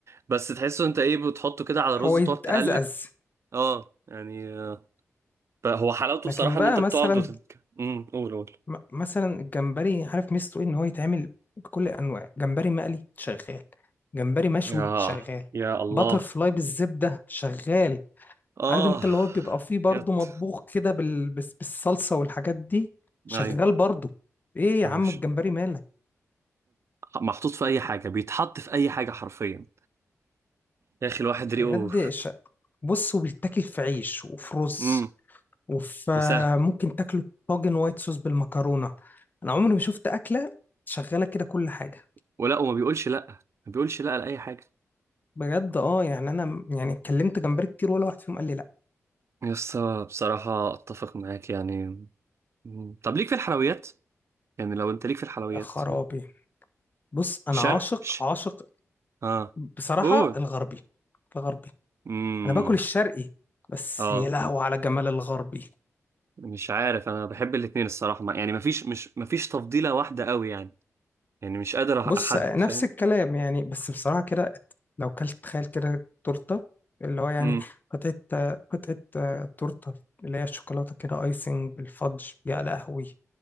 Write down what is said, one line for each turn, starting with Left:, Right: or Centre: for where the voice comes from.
Right: بس تحسه انت ايه بتحطه كده على الرز
Left: هو
Right: وتقعد
Left: يتأزأز
Right: تقلب اه يعني آه، ب- هو حلاوته
Left: لكن
Right: بصراحه
Left: بقى
Right: ان انت بتقعد
Left: مثلا
Right: وتت... امم قول قول
Left: م- مثلا الجمبري عارف ميزته ايه ان هو يتعمل بكل انواع جمبري مقلي شغال جمبري مشوي
Right: يا
Left: شغال
Right: يا الله
Left: باتر فلاي بالزبدة شغال
Right: اه
Left: عارف انت اللي هو بيبقى فيه برضه
Right: يت
Left: مطبوخ كده بال... بس- بالصلصة والحاجات دي شغال
Right: ايوه
Left: برضه ايه يا
Right: أو
Left: عم
Right: ش-
Left: الجمبري مالك
Right: محطوط في اي حاجه بيتحط في اي حاجه حرفيا يا اخي الواحد ريقه
Left: بجد ش... بص وبيتاكل في عيش وفي رز
Right: امم
Left: وفي
Right: وسهل
Left: ممكن تاكله طاجن وايت صوص بالمكرونة انا عمري ما شفت أكلة شغالة كده كل حاجة
Right: ولا وما بيقولش لا ما بيقولش لا لاي حاجه
Left: بجد اه يعني انا م- يعني اتكلمت جمبري كتير ولا واحد فيهم قال لي لا
Right: يس بصراحه اتفق معاك يعني مم. طب ليك في الحلويات يعني لو انت ليك في الحلويات
Left: يا خرابي بص انا
Right: شرق
Left: عاشق
Right: ش...
Left: عاشق
Right: اه
Left: بصراحة
Right: قول
Left: الغربي الغربي
Right: امم
Left: انا باكل الشرقي بس
Right: اه
Left: يا لهوي على جمال الغربي
Right: مش عارف انا بحب الاتنين الصراحه ما- يعني مفيش مش مفيش تفضيله واحده قوي يعني يعني مش قادر
Left: بص
Right: احدد
Left: نفس
Right: فاهم
Left: الكلام يعني بس بصراحة كده لو كلت تخيل كده تورتة اللي هو يعني
Right: امم
Left: قطعة قطعة تورتة اللي هي الشوكولاتة كده ايسنج بالفادج يا لهوي